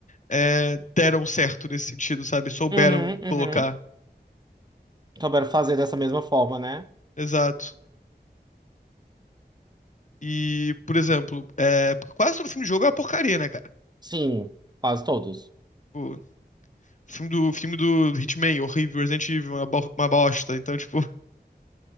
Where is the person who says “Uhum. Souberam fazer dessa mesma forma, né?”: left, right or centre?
Right